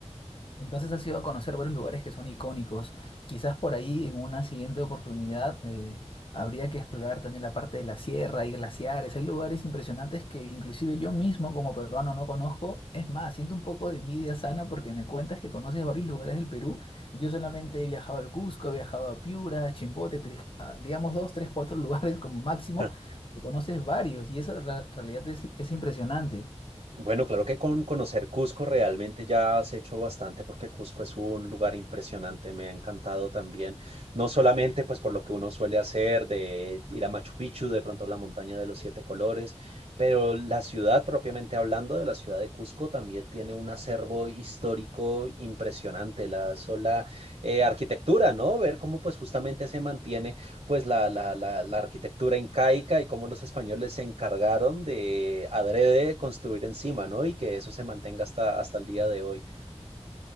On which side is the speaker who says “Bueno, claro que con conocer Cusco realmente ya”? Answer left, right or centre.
Right